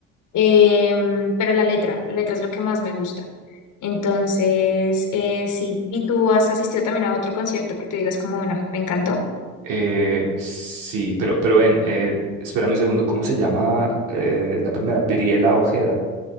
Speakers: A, on the left (about 65°); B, on the right (about 70°).
A: Em, pero la letra, la letra es lo que más me gusta. Entonces, eh, sí. ¿Y tú has asistido también a otro concierto que tú digas como, bueno, me encantó?
B: Eh, sí, pero, pero ven, eh, espérame un segundo, ¿cómo se llama eh, la primera? Briela Ojeda.